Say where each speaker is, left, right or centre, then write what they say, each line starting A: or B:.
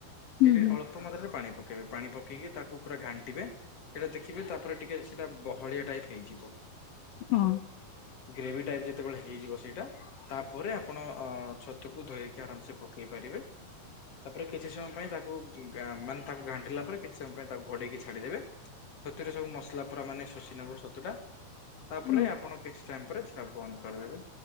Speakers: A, on the left (about 40°); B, on the left (about 75°).
A: ସେଠେ
B: ହୁଁ ହୁଁ
A: ଅଳ୍ପ ମାତ୍ରାରେ ପାଣି ପକେଇବେ ପାଣି ପକେଇକି ତାକୁ ପୁରା ଘାଣ୍ଟିବେ। ସେଇଟା ଦେଖିବେ ତାପରେ ଟିକେ ସେଇଟା ବହଳିଆ ଟାଇପ୍ ହେଇଯିବ।
B: ହଁ।
A: ଗ୍ରେଭି ଟାଇପ ଯେତେବେଳେ ହେଇଯିବ ସେଇଟା ତାପରେ ଆପଣ ଅ ଛତୁକୁ ଧୋଇକି ଆରାମସେ ପକେଇ ପାରିବେ। ତାପରେ କିଛି ସମୟ ପାଇଁ ତାକୁ ଘା ମାନେ ତାକୁ ଘାଣ୍ଟିଲା ପରେ କିଛି ସମୟ ପାଇଁ ତାକୁ ଘୋଡେଇକି ଛାଡିଦେବେ। ଛତୁରେ ସବୁ ମସଲା ପୁରା ମାନେ ଶୋଷିନବ ଛତୁ ଟା ତାପରେ
B: ହଁ
A: ଆପଣ କିଛି ଟାଇମ୍ ପରେ ତା ବନ୍ଦ କରିଦେବେ।